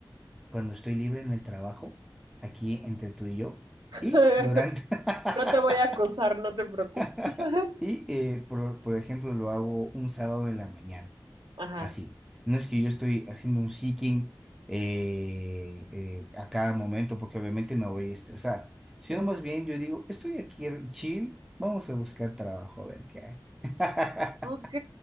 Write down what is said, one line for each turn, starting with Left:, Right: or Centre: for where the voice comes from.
Centre: cuando estoy libre en el trabajo, aquí entre tú y yo,
Right: <laughs>
Centre: y durante... <laughs>
Right: No te voy a acosar, no te preocupes.
Centre: <laughs>
Right: <laughs>
Centre: Y, eh, por, por ejemplo, lo hago un sábado en la mañana,
Right: Ajá.
Centre: así. No es que yo estoy haciendo un seeking eh, eh, a cada momento, porque obviamente me voy a estresar, sino
Right: Mm.
Centre: más bien yo digo, estoy aquí chill, vamos a buscar trabajo a ver qué hay. <laughs>
Right: Ok,